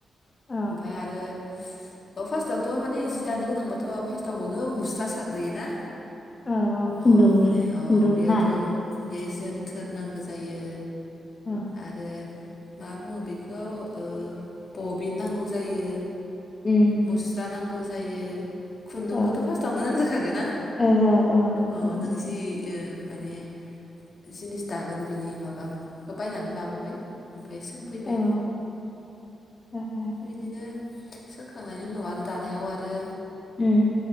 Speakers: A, on the left; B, on the left.
A: औ
B: ओमफ्राय आरो अ फार्स्टआवथ माने जि दानो गोनांबाथ फार्स्टआवनो मुस्ला साग्रोयोना
A: औ औ खुन्दुंनि
B: अ माने अ
A: खुन्दुं
B: बेयोथ'
A: ना
B: बे जोनथोर नांगौ जायो
A: औ
B: आरो मा बुङो बेखौ ओ बबिन नांगौ जायो
A: उम
B: मुस्रा नांगौ जायो खुन्दुंखौथ
A: औ
B: फार्स्टआवनो नांग्रोखागोन ना
A: ओं औ औ
B: अ
A: खुन्दुं
B: नों जि माने जिनिस दागोन बिनि माबाखौ बायनानै लाबोबाय ओम ओफ्राय सोंफैबाय
A: औ ओ ओ
B: बिदिनो सोंखांनायनि उनाव आरो दानायाव आरो
A: उम